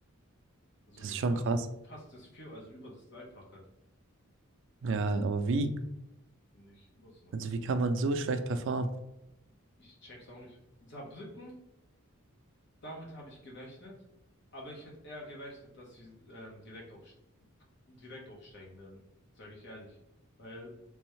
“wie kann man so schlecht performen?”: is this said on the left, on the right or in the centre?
Right